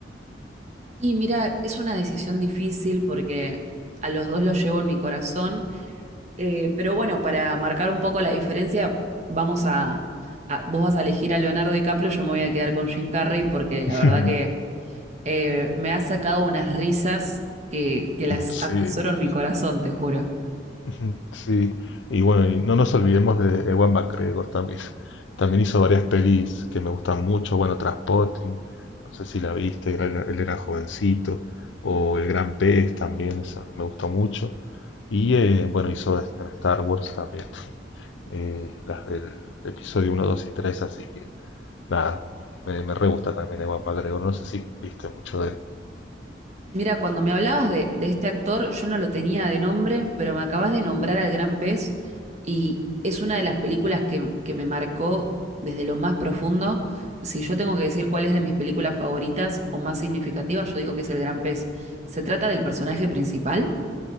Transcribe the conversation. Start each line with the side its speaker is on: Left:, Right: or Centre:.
Right: Y mira, es una decisión difícil porque a los dos los llevo en mi corazón, Eh, pero bueno, para marcar un poco la diferencia, vamos a, a- vos vas a elegir a Leonardo DiCaprio, yo me voy a quedar con Jim Carrey porque la
Left: <laughs>
Right: verdad que eh, me ha sacado unas risas que, que las
Left: Sí.
Right: atesoro en mi corazón, te juro.
Left: Ujú, Sí, y bueno, y no nos olvidemos de Ewan McGregor también. <laughs> También hizo varias pelis que me gustan mucho. Bueno, Trainspotting, no sé si la viste, era- él era jovencito. O El Gran Pez también, esa me gustó mucho. Y eh, bueno, hizo en Star Wars también, eh, las del episodio uno, 2 y 3. Así que nada, me, me re gusta también Ewan McGregor. No sé si viste mucho de él.
Right: Mira, cuando me hablabas de, de este actor, yo no lo tenía de nombre, pero me acabas de nombrar al Gran Pez y es una de las películas que, que me marcó desde lo más profundo. Si yo tengo que decir cuál es de mis películas favoritas o más significativas, yo digo que es El Gran Pez. ¿Se trata del personaje principal?